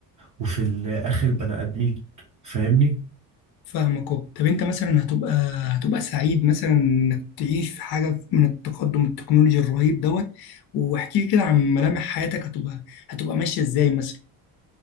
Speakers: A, on the right; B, on the left.
A: وفي الاخر بني ادمين فاهمني
B: فاهمك اهو طب انت مثلا هتبقى هتبقى سعيد مثلا انك تعيش في حاجة من التقدم التكنولوجي الرهيب دوت واحكي لي كده عن ملامح حياتك هتبقى هتبقى ماشية ازاي مثلا